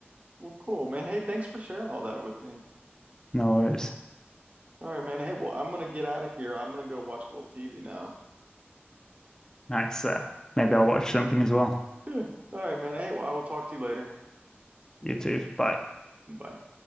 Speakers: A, on the right; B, on the left.
A: Well, cool, man. Hey, thanks for sharing all that with me.
B: No worries.
A: All right, man. Hey, well, I'm gonna get out of here. I'm gonna go watch a little TV now.
B: Nice. Uh, maybe I'll watch something as well.
A: Yeah. All right, man. Hey, well, I will talk to you later.
B: You too. Bye.
A: Bye.